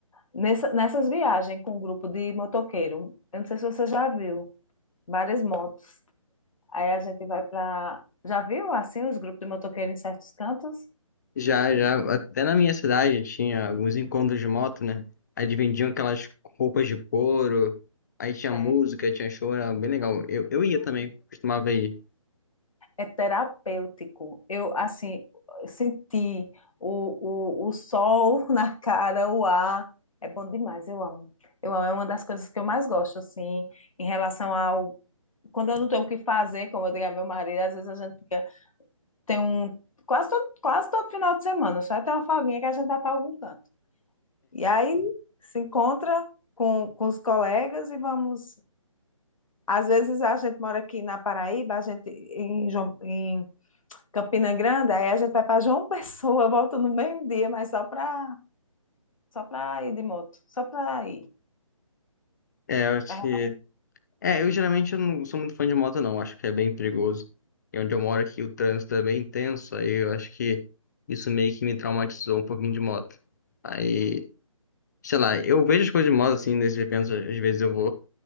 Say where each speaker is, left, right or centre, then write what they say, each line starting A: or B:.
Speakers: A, on the left; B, on the left.
A: Nessa, nessas viagens com um grupo de motoqueiro, eu não sei se você já viu, várias motos. Aí a gente vai para. Já viu assim os grupos de motoqueiro em certos cantos?
B: Já, já, até na minha cidade tinha alguns encontros de moto, né? Aí eles vendiam aquelas roupas de couro, aí tinha
A: É,
B: música, tinha show, era bem legal. Eu, eu ia também, costumava ir.
A: É terapêutico. Eu, assim, senti o, o, o sol <laughs> na cara, o ar. É bom demais, eu amo. Eu amo, é uma das coisas que eu mais gosto, assim, em relação ao. Quando eu não tenho o que fazer, como eu digo a meu marido, às vezes a gente fica. Tem um. Quase todo, quase todo final de semana, só tem uma folguinha que a gente vai para algum canto. E aí se encontra com, com os colegas e vamos. Às vezes a gente mora aqui na Paraíba, a gente em, João- em Campina Grande, aí a gente vai para João Pessoa, <laughs> volta no mesmo dia, mas só para só para ir de moto, só para ir,
B: É, eu acho
A: pra-
B: que É, eu geralmente eu não sou muito fã de moto, não. Acho que é bem perigoso. E onde eu moro aqui, o trânsito é bem intenso. Aí eu acho que isso meio que me traumatizou um pouquinho de moto. Aí, sei lá, eu vejo as coisas de moto assim, nesses eventos, às vezes eu vou.